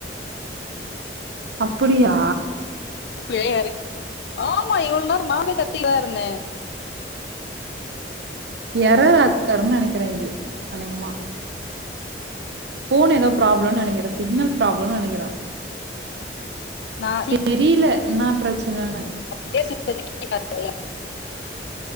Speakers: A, on the right (about 70°); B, on the left (about 65°).
A: அப்படியா
B: பேயா இருக் ஆமா இவ்ள் நேரோ நானே கத்திக்ட் தா இருந்தே
A: எறா ஆக் வாருன் நெனைக்கிற இது அநேகமா ஃபோன் எதோ ப்ராப்ளம் நெனைக்கிற சிக்னல் ப்ராப்ளம் நெனைக்கிற
B: நான்
A: தெரில இன்னா பிரச்சனனு
B: பேசி இப்பொதிக்கி <unintelligible>